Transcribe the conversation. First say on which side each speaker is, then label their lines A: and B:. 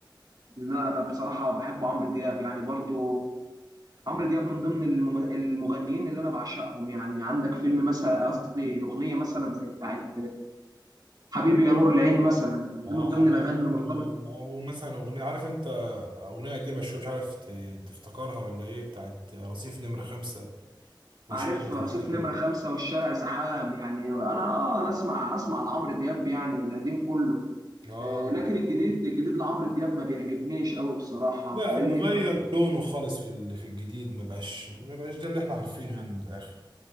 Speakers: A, on the right; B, on the right.
A: لا انا بصراحه بحب عمرو دياب يعني برضو عمرو دياب من ضمن المم- المغنيين اللي انا بعشقهم يعني عندك فيلم مثلا قصدي اغنيه مثلا زي بتاعت حبيبي يا نور العين مثلا يعني
B: اه
A: دي من
B: حبيبي
A: ضمن الاغاني اللي
B: نور
A: مرتبط
B: العين او مثلا اغنيه عارف انت اغنيه قديمه شويه مش عارف ت- تفتكرها ولا ايه بتاعت رصيف نمره خمسة والشارع
A: عارف
B: زحام
A: رصيف نمره خمسة والشارع زحام يعني انا اه انا اسمع اسمع لعمرو دياب يعني القديم كله
B: اه
A: آه لكن الجديد الجديد لعمرو دياب ما بيعجبنيش قوي بصراحه
B: لا
A: فاهمني
B: اللي غير
A: ف...
B: لونه خالص في ال- في الجديد ما بقاش ما بقاش ده اللي احنا عارفينه يعني من الاخر